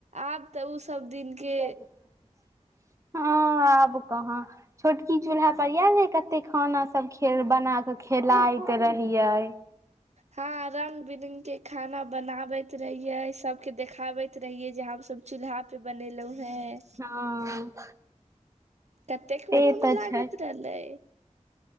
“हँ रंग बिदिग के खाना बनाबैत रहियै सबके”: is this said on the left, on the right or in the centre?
Right